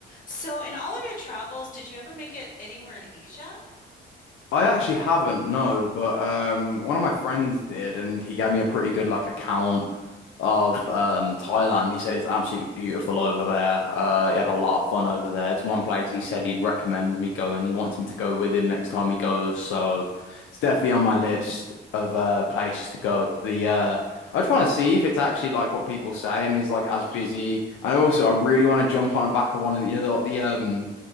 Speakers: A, on the left; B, on the left.
A: So, in all of your travels, did you ever make it anywhere in Asia?
B: I actually haven't, no, but um one of my friends did and he gave me a pretty good like account of um Thailand. He said it's absolutely beautiful over there. Uh he had a lot of fun over there. It's one place he said he'd recommend me going. He wants me to go with him next time he goes, so it's definitely on my list of uh places to go. The uh I just want to see if it's actually like what people say and is like as
A: hmm
B: busy. And also I really want to jump on the back of one of the- you know the, the um